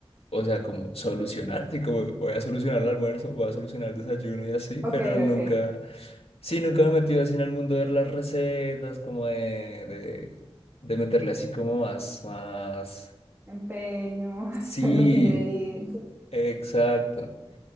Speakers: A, on the left; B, on the right.
A: o sea, como solucionar, sí, como voy a solucionar el almuerzo, voy a solucionar el desayuno y así,
B: Ok,
A: pero nunca,
B: ok.
A: sí, nunca me he metido así en el mundo de las recetas, como de, de, de meterle así como más, más,
B: Empeño,
A: sí,
B: <laughs> los ingredientes.
A: exacto.